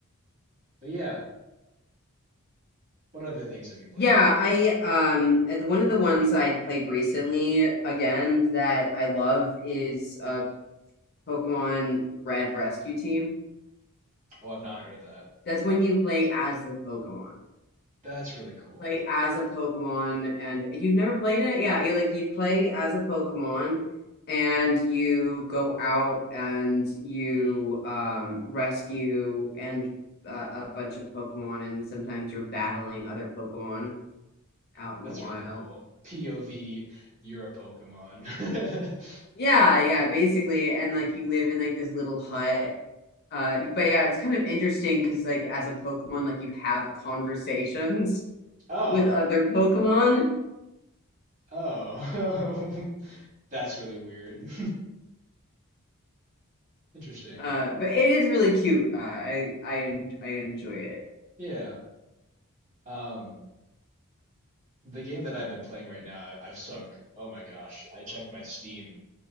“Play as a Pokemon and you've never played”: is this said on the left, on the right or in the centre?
Left